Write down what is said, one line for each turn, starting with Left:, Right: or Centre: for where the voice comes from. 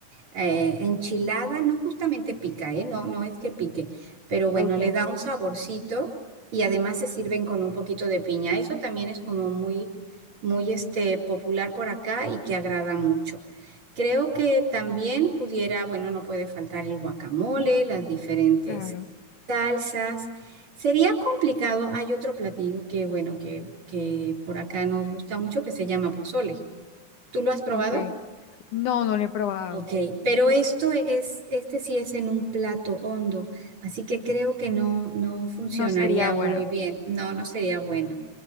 Right: eh, enchilada no justamente pica, ¿eh? No, no es que pique, pero bueno,
Left: okay,
Right: le da un Ok. saborcito y además se sirven con un poquito de piña. Eso también es como muy, muy este, popular por acá y que agrada mucho. Creo que también pudiera, bueno, no puede faltar el guacamole, las diferentes
Left: claro,
Right: salsas. Sería complicado, hay otro platillo que, bueno, que, que por acá nos gusta mucho que se llama pozole. ¿Tú lo has probado?
Left: okay. No, no lo he probado.
Right: Ok, pero esto es, este sí es en un plato hondo, así que creo que no, no No funcionaría
Left: No sería
Right: sería
Left: bueno.
Right: muy bueno. bien. No, no sería bueno.